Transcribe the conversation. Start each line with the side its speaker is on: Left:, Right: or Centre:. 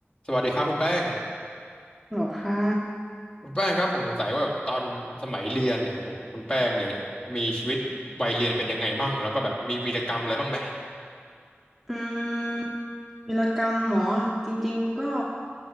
Left: สวัสดีครับคุณแป้ง
Centre: หรอค่ะ
Left: คุณแป้งครับผมสงสัยว่าแบบตอนสมัยเรียนเนี่ยโหคุณแป้งเนี่ยมีชีวิตวัยเรียนเป็นยังไงมั่งแล้วก็แบบมีวีรกรรมอะไรบ้างไหม
Centre: อืมวีรกรรมหมอจริงๆก็